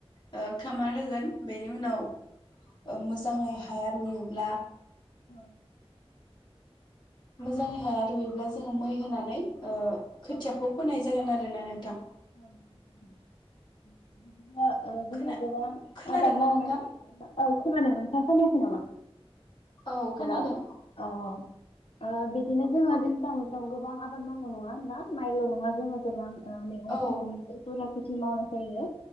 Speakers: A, on the left; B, on the left.
A: ओ खामार होगोन बेनि उनाव मोजाङै हाया रुयोब्ला
B: औ
A: मोजाङै हाया रुयोब्ला जोङो मै होनानै, ओ खोथियाखौ
B: औ
A: फोनाय जागोन आरो ना नोंथां?
B: <unintelligible> ओ जोङो
A: खोना
B: गोबां
A: खोनादोंना
B: आबाद मावनो
A: नोंथां
B: औ खोनादों नोंथाङा खोनायाखै नामा?
A: औ खोनादों
B: हेलौ! औ ओ बिदिनो जोङो, <unintelligible> गोबां आबाद मावनो नङा होनबा माइल नङा जोङो गोबां, ओ मैगं
A: औ
B: थाइगंनिबो इफोरा खेथि मावनाय जायो।